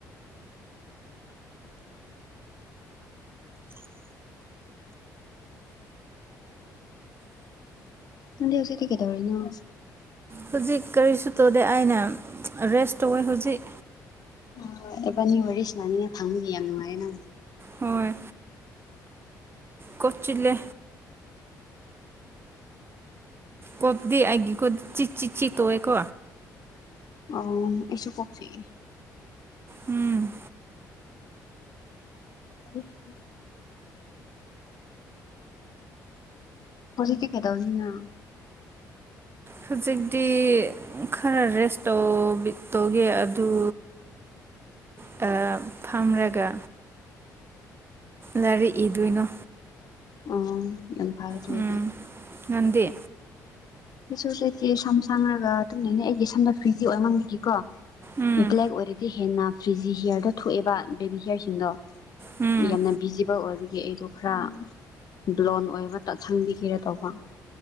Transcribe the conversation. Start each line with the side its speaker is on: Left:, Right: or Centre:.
Left: ꯅꯪꯗꯤ ꯍꯧꯖꯤꯛꯇꯤ ꯀꯩꯗꯧꯔꯤꯅꯣ
Right: ꯍꯧꯖꯤꯛ ꯀꯔꯤꯁꯨ ꯇꯧꯗꯦ ꯑꯩꯅ ꯔꯦꯁ ꯇꯧꯋꯦ ꯍꯧꯖꯤꯛ
Left: ꯑꯣꯏ ꯏꯕꯥꯟꯅꯤ ꯋꯥꯔꯤ ꯁꯥꯟꯅꯅꯤ ꯉꯥꯏ ꯐꯪꯕꯗꯤ ꯌꯥꯝ ꯅꯨꯡꯉꯥꯏꯌꯦꯅ
Right: ꯍꯣꯏ ꯀꯣꯆꯤꯠꯂꯦ ꯀꯣꯠꯄꯗꯤ ꯑꯩꯏꯒꯤ ꯈꯨꯠ ꯆꯤ ꯆꯤ ꯆꯤ ꯇꯣꯛꯑꯦꯀꯣ
Left: ꯑꯧ ꯑꯩꯁꯨ ꯀꯣꯛ ꯆꯤꯛꯏ
Right: ꯎꯝ
Left: <inaudible> ꯍꯧꯖꯤꯛꯇꯤ ꯀꯩꯗꯧꯔꯤꯅꯣ
Right: ꯍꯧꯖꯤꯛꯇꯤ ꯈꯔ ꯔꯦꯁ ꯇꯕꯤ ꯇꯧꯒꯦ ꯑꯗꯨ ꯀ ꯐꯝꯔꯒ ꯂꯥꯏꯔꯤꯛ ꯏꯗꯣꯏꯅꯣ
Left: ꯑꯣ ꯌꯥꯝ ꯐꯩ ꯑꯗꯣꯏꯗꯤ
Right: ꯎꯝ ꯅꯪꯗꯤ
Left: ꯑꯩꯆꯁꯨ ꯁꯨꯇꯤ ꯁꯝ ꯁꯪꯉꯒ ꯇꯨꯝꯃꯤꯅꯤ ꯑꯩꯒꯤ ꯁꯝꯗꯨ ꯐ꯭ꯔꯤꯗꯤ ꯑꯣꯏꯃꯟꯕꯒꯤꯀꯣ
Right: ꯎꯝ
Left: ꯕ꯭ꯂꯦꯛ ꯑꯣꯏꯔꯗꯤ ꯍꯦꯟꯅ ꯐ꯭ꯔꯤꯖꯤ ꯍꯤꯌꯔꯗꯣ ꯊꯣꯛꯑꯦꯕ ꯕꯦꯕꯤ ꯍꯤꯌꯔꯁꯤꯡꯗꯣ
Right: ꯎꯝ
Left: ꯌꯥꯝꯅ ꯕꯤꯖꯤ ꯕꯜ ꯑꯣꯏꯒꯤ ꯑꯩꯗꯣ ꯈꯔ ꯕꯣꯂꯟ ꯑꯣꯏꯕ ꯇꯁꯪꯕꯤꯒꯦꯔ ꯇꯧꯕ